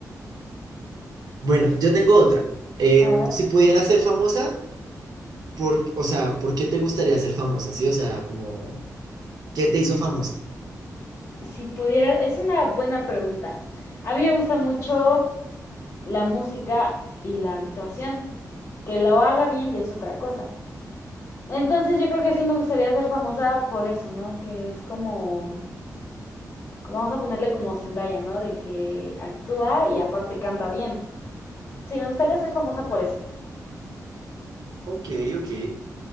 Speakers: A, on the right (about 85°); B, on the left (about 45°).
A: Bueno, yo tengo otra. Em,
B: A ver.
A: si pudieras ser famosa, por, o sea, ¿por qué te gustaría ser famosa? Sí, o sea, como, ¿qué te hizo famosa?
B: Si pudiera, es una buena pregunta. A mí me gusta mucho la música y la actuación. Que lo haga bien ya es otra cosa. Entonces yo creo que sí me gustaría ser famosa por eso, ¿no? Que es como, vamos a ponerle como Zendaya, ¿no? De que actúa y aparte canta bien. Sí, me gustaría ser famosa por eso.
A: Ok, ok,